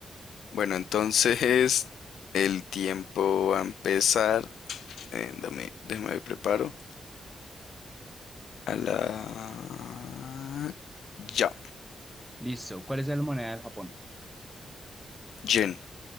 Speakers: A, on the left (about 85°); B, in the centre.
A: Bueno, entonces <laughs> el tiempo va a empezar. Eh, dame, déjame me preparo. A la... Ya.
B: Listo. ¿Cuál es la moneda del Japón?
A: Yen.